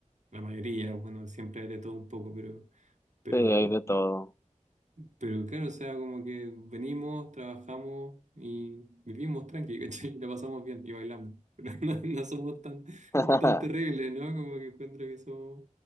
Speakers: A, on the right; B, on the left.
A: la mayoría, bueno, siempre hay de todo un poco, pero, pero,
B: Sí, hay de todo.
A: pero claro, o sea, como que venimos, trabajamos y vivimos tranqui, <laughs> ¿cachai? La pasamos bien y bailamos, pero <laughs> no, no somos tan,
B: <laughs>
A: tan terribles, ¿no? Como que encuentro que somos,